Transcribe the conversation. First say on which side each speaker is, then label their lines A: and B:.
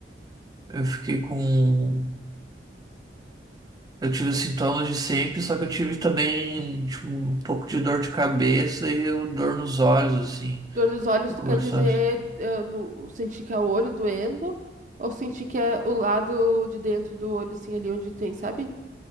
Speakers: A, on the right (about 20°); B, on the right (about 45°).
A: eu fiquei com Eu tive os sintomas de sempre, só que eu tive também, tipo, um pouco de dor de cabeça e eu- dor nos olhos, assim.
B: Dor nos olhos,
A: Um pouco
B: tu quer
A: nos
B: dizer
A: olhos.
B: eh, no, sentir que é o olho doendo ou sentir que é o lado de dentro do olho, assim, ali onde tem, sabe?